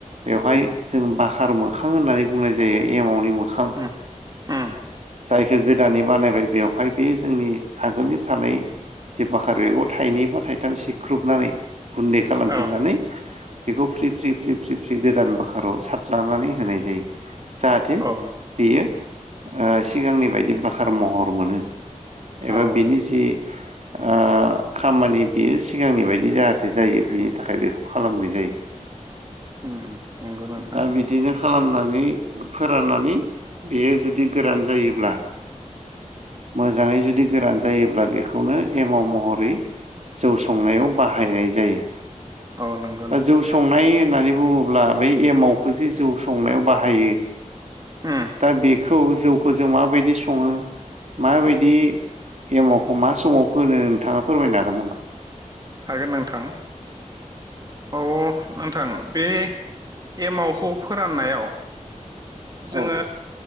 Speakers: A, on the right; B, on the right.
A: बेवहाय जों बाखार मोखां होननानै बुंनाय जायो एमावनि मो- खाम
B: उम उम
A: जाय बे गोदानै बानायबाय बेवहाय बे जोंनि आगोलनि थानाय जे बाखार बेगाव थाइनै बा थाइथाम सिख्रुबनानै गुन्दै खालामफिननानै
B: औ
A: बेखौ फ्रि फ्रि फ्रि फ्रि जि गोदान बाखाराव साथलानानै होनाय जायो। जाहाथे
B: औ
A: बेयो ओ सिगांनि बायदि बाखार महर मोनो एबा
B: औ
A: बिनि जि ओ खामानि बियो सिगांनि बायदि जाहाथे जायो बिनि थाखाय बेखौ खालामनाय जायो।
B: उम उम नंगौ नोंथां
A: आ बि दिनो खालामनानै फोराननानै बेयो जुदि गोरान जायोब्ला मोजाङै जुदि गोरान जायोब्ला बेखौनो एमाव महरै जौ संनायाव बाहायनाय जायो
B: औ नंगौ
A: दा
B: नोंथां
A: जौ संनाय होननानै बुङोब्ला बै एमावखौजे जौ संनायाव बाहायो
B: उम
A: दा बेखौ जौखौ जों माबायदि सङो माबायदि एमावखौ मा समाव फोनो नोंथाङा फोरमायनो हागोन नामा
B: हागोन नोंथां औ नोंथां बे एमावखौ फोराननायाव
A: औ
B: जोङो